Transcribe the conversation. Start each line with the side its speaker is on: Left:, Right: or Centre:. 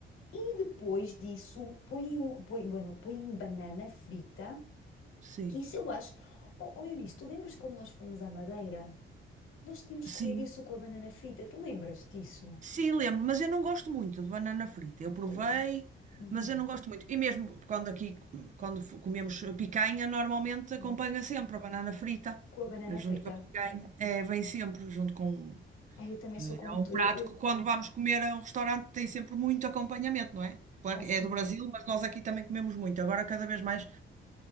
Left: E depois disso, põem, um- põem, bueno, põem banana frita
Right: sim,
Left: que isso eu acho. Oh, oh Eunice, tu lembras quando nós fomos à Madeira? Nós tínhamos
Right: sim.
Left: comido isso com a banana frita. Tu lembras disso?
Right: Sim, lembro, mas eu não gosto muito de banana frita. Eu provei,
Left: Olha. uhum,
Right: mas eu não gosto muito. E mesmo quando aqui, quando f- comemos picanha, normalmente acompanha
Left: uhum.
Right: sempre a banana frita,
Left: Com a banana
Right: eh, junto
Left: frita.
Right: com a picanha. É, vem sempre junto com.
Left: Ai, eu também sou
Right: eh,
Left: como
Right: É um
Left: tu.
Right: prato
Left: Eu, eu-
Right: que quando vamos comer a um restaurante tem sempre muito acompanhamento, não é? Claro
Left: assim
Right: que é do Brasil,
Left: é.
Right: mas nós aqui também comemos muito. Agora cada vez mais.